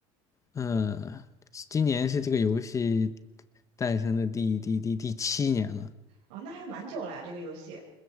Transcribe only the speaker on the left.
嗯，今年是这个游戏诞生的第第第第七年了。